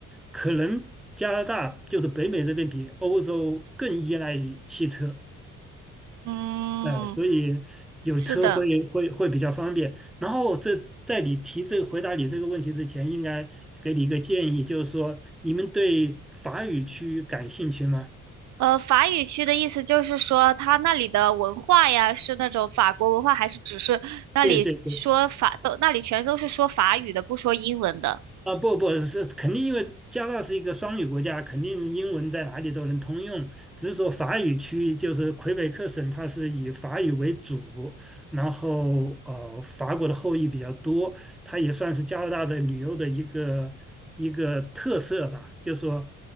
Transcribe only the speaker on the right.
嗯，
是的。
呃，法语区的意思就是说，他那里的文化呀，是那种法国文化，还是只是那里说法都，
那里全都是说法语的，不说英文的。